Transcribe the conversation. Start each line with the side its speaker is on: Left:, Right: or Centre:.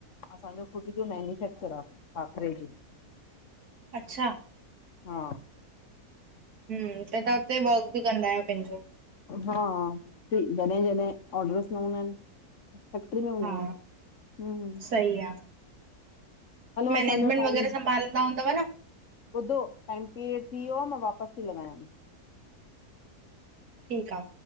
Left: असांजो ख़ुदि जो मैन्युफैक्चर आ, खाकरे जी।
Right: अच्छा
Left: हा
Right: हूं, त तहां हुते वर्क बि कंदा आयो पैंजो।
Left: हा, जॾहिं जॾहिं ऑर्डर्स न हूंदा आहिन। फैक्ट्री में हूंदी
Right: हा
Left: आयां हूम।
Right: सही आ। मैनेजमेंट
Left: असांजो टाइम
Right: वग़ैरह संभालंदा हूंदव न।
Left: ॿुधो, टाइम पीरियड थी वियो आ। मां वापस ती लॻायांव।
Right: ठीक आ।